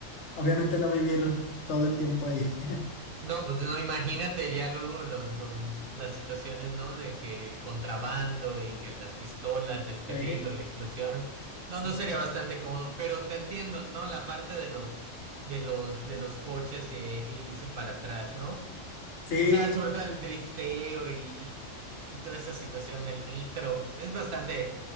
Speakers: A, on the left; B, on the right.
A: Obviamente no vivir todo el tiempo ahí. <laughs>
B: No, pues no, imagínate ya luego los, los, las situaciones, ¿no? De que contrabando y que las pistolas, el peligro,
A: Sí,
B: la explosión. No,
A: sí.
B: no sería bastante cómodo, pero te entiendo, ¿no? La parte de los, de los, de los coches e, e irse para atrás, ¿no?
A: Sí,
B: O sea, sobre todo el drifteo y, y, y toda esa situación, el nitro. Es bastante.